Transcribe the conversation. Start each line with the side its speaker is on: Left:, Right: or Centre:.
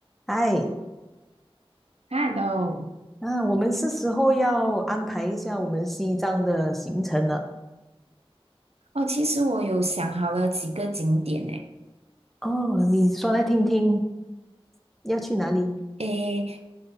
Centre: 哎，
Right: h e
Centre: 那我们是时候要安排一下我们西藏的行程了。
Right: 哦，其实我有想好了几个景点诶，
Centre: 哦，你说来听听，要去哪里？
Right: 诶，